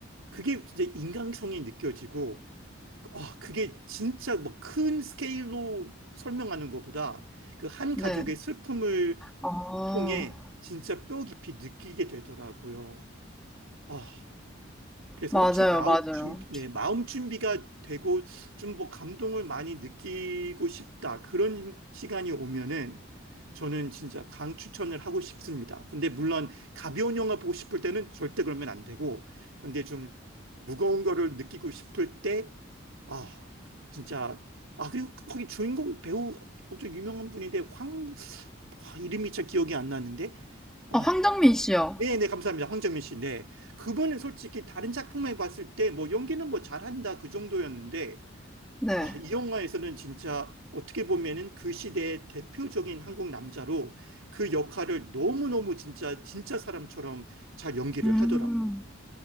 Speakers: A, on the right; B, in the centre.
A: 그게 이제 인간성이 느껴지고 아 그게 진짜 뭐 큰 스케일로 설명하는 것보다 그 한
B: 네.
A: 가족의 슬픔을
B: 아,
A: 통해 진짜 뼈 깊이 느끼게 되더라고요. 아, 그래서
B: 맞아요,
A: 혹시 마음
B: 맞아요.
A: 준비, 네, 마음 준비가 되고 좀 뭐 감동을 많이 느끼고 싶다. 그런 시간이 오면은 저는 진짜 강 추천을 하고 싶습니다. 근데 물론 가벼운 영화 보고 싶을 때는 절대 그러면 안 되고, 근데 좀 무거운 거를 느끼고 싶을 때, 아, 진짜, 아, 그리고 거기 주인공 배우 엄청 유명한 분인데, 황, 와, 이름이 잘 기억이 안 나는데, 아,
B: 아, 황정민 씨요.
A: 네, 네, 감사합니다. 황정민 씨. 네. 그분은 솔직히 다른 작품에 봤을 때 뭐 연기는 뭐 잘한다 그 정도였는데
B: 네.
A: 아, 이 영화에서는 진짜 어떻게 보면은 그 시대의 대표적인 한국 남자로 그 역할을 너무너무 진짜 진짜 사람처럼 잘 연기를
B: 음.
A: 하더라고요.